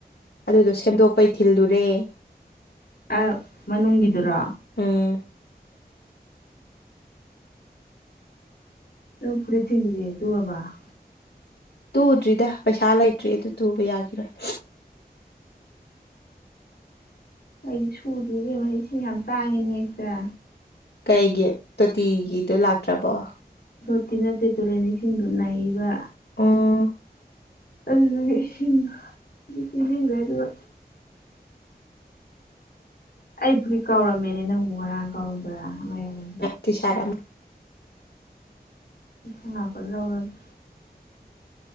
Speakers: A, on the left; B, on the left.
A: ꯑꯗꯨꯗꯣ ꯁꯦꯝꯗꯣꯛꯄꯩ ꯊꯤꯜꯂꯨꯔꯦ
B: ꯑꯦ ꯃꯅꯨꯡꯒꯤꯗꯨꯔꯥ
A: ꯎꯝ
B: ꯑꯗꯨ ꯐ ꯄꯨꯔꯤ ꯇꯤꯟꯗꯨꯗꯤꯦ ꯇꯨꯍꯕ <inaudible>
A: ꯇꯨꯗ꯭ꯔꯤꯗ ꯄꯩꯁꯥ ꯂꯩꯇ꯭ꯔꯤ ꯑꯗꯨ ꯇꯨꯕ ꯌꯥꯈꯤꯔꯣꯏ
B: ꯑꯩ ꯁꯨꯗ꯭ꯔꯤꯕꯦꯝꯃ ꯏꯁꯤꯡ ꯌꯥꯝ ꯇꯥꯡꯉꯤꯅꯦ ꯑꯩꯁꯤꯗ
A: ꯀꯩꯒꯤ ꯇꯣꯇꯤꯒꯤꯗꯨꯣ ꯂꯥꯛꯇ꯭ꯔꯕꯣ
B: ꯇꯣꯠꯇꯤ ꯅꯠꯇꯦ ꯇꯨꯔꯦꯟ ꯏꯁꯤꯡꯗꯨ ꯅꯥꯏꯕ
A: ꯑꯝ
B: ꯑꯗꯨꯗꯨꯗꯒꯤꯟꯈ꯭ꯔꯦ ꯑꯗꯨꯒ ꯑꯩꯕꯨꯔꯤꯠ ꯀꯥꯎꯔꯝꯃꯦꯅꯦ ꯅꯪꯕꯨ ꯉꯔꯥꯡ ꯀꯥꯎꯔꯝꯕ꯭ꯔꯥ ꯑꯃ ꯌꯥꯂꯝꯕ꯭ꯔꯥ
A: ꯇꯤꯁꯥꯔꯠ ꯑꯃ
B: ꯎꯝ ꯂꯥꯛꯄ ꯂꯧꯔꯒꯦ